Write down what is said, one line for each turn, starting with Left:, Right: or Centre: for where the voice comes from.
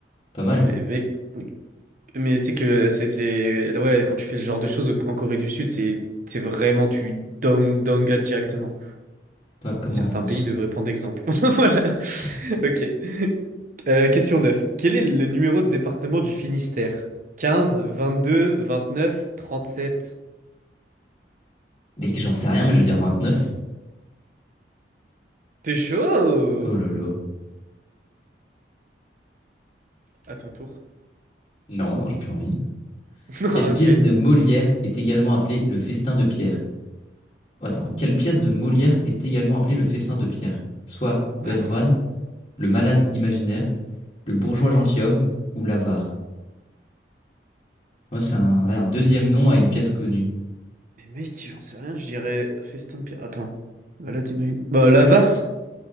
Left: Pas mal?
Right: Mais, mais, mais c'est que euh, c'est, c'est, ouais, quand tu fais ce genre de choses en Corée du Sud, c'est, c'est vraiment, tu down, downgrade directement.
Left: Pas comme
Right: Certains
Left: en France.
Right: pays devraient prendre exemple. <laughs> Voilà.
Left: <laughs>
Right: Ok. Euh, question 9. Quel est le numéro de département du Finistère? Quinze, vingt-deux, vingt-neuf, trente-sept.
Left: Mec, j'en sais rien, mais je veux dire 29.
Right: T'es chaud?
Left: Oh lolo.
Right: À ton tour.
Left: Non, non, j'ai plus envie.
Right: <laughs>
Left: Quelle
Right: Ah,
Left: pièce
Right: ok.
Left: de Molière est également appelée le festin de Pierre? Oh, attends, quelle pièce de Molière est également appelée le festin de Pierre? Soit Don
Right: What?
Left: Juan, le malade imaginaire, le bourgeois gentilhomme ou l'avare. Oh, c'est un, ouais, un deuxième nom à une pièce connue.
Right: Mais mec, j'en sais rien, je dirais festin de pierre. Attends. Bah là, t'imagines. Bah, l'avare.